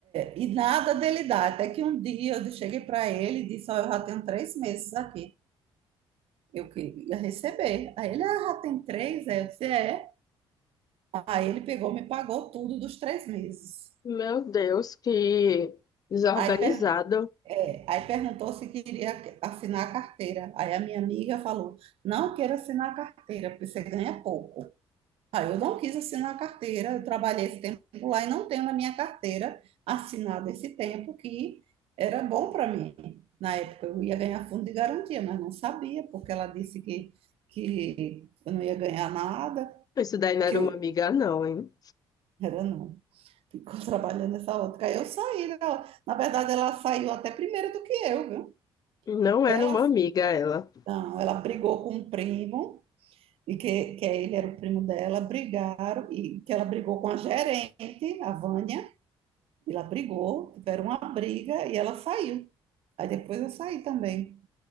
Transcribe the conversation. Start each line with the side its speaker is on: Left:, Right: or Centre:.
Right: E nada dele dar. Até que um dia eu cheguei para ele e disse: Ó, eu já tenho três meses aqui. Eu queria receber. Aí ele, ah, já tem três? Aí eu disse, é. Aí ele pegou, me pagou tudo dos três meses.
Left: Meu Deus, que desorganizado.
Right: Aí, per- é, aí perguntou se queria assinar a carteira. Aí a minha amiga falou: não quero assinar a carteira, porque você ganha pouco. Aí eu não quis assinar a carteira, eu trabalhei esse tempo lá e não tenho na minha carteira assinada esse tempo, que era bom para mim. Na época eu ia ganhar fundo de garantia, mas não sabia, porque ela disse que, que eu não ia ganhar nada,
Left: Isso daí não era
Right: que eu
Left: uma amiga, não, hein?
Right: era não. Ficou trabalhando nessa outra. Aí eu saí. né? ela- na verdade, ela saiu até primeiro do que eu, viu?
Left: Não era
Right: Ela,
Left: uma amiga ela.
Right: não, ela brigou com um primo, e que, que ele era o primo dela, brigaram, e que ela brigou com a gerente, a Vânia, e ela brigou, tiveram uma briga e ela saiu. Aí depois eu saí também.